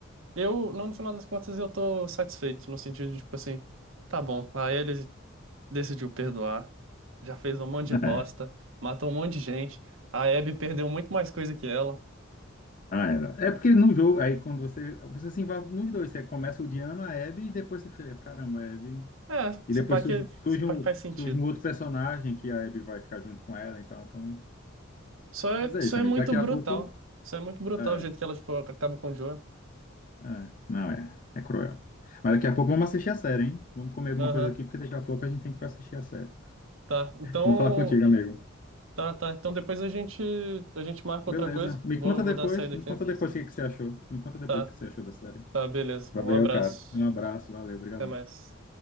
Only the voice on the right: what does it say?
eu, não, no final das contas, eu tô satisfeito, no sentido de, tipo assim, tá bom. Aí ele decidiu perdoar, já fez um monte de
bosta,
matou um monte de gente. A Abby perdeu muito mais coisa que ela.
É,
se
pá que,
se pá
que faz sentido.
Só é,
só
é
muito
brutal.
Só é muito brutal
o jeito que ela, tipo, acaba com o Joe.
Aham,
tá. Então.
Tá, tá. Então depois a gente, a gente marca
outra coisa.
Vou,
vou
dar a saída
aqui.
Tá.
Tá, beleza. Então,
Um abraço.
Até mais.